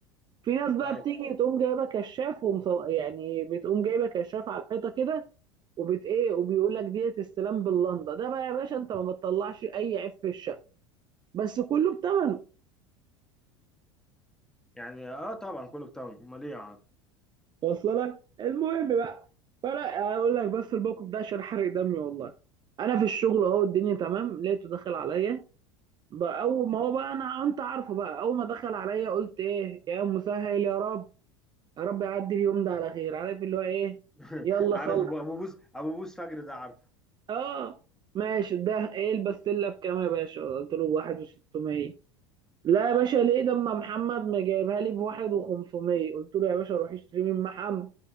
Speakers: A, on the right; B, in the centre.
A: في ناس بقى
B: طيب
A: بتيجي تقوم جايبه كشاف ومصو... يعني بتقوم جايبه كشاف على الحيطه كده وبت ايه وبيقول لك ديت السلام باللنده ده بقى يا باشا انت ما بتطلعش اي عيب في الشقه بس كله بتمنه
B: يعني اه طبعا كله بتاعه امال ايه يا عم
A: واصله لك المهم بقى فلا اقول لك بس الموقف ده عشان حرق دمي والله انا في الشغل اهو الدنيا تمام لقيته داخل عليا بقى اول ما هو بقى انا انت عارفه بقى اول ما دخل عليا قلت ايه يا مسهل يا رب يا رب يعدي اليوم ده على خير عارف اللي هو ايه
B: <laughs>
A: يلا
B: عارف
A: خلص
B: ابو أبو بوس ابو بوس فجر ده عارفه
A: اه ماشي ده ايه البستله بكام يا باشا قلت له ب 1600 لا يا باشا ليه ده اما محمد ما جايبها لي ب 1500 قلت له يا باشا روح اشتري من محمد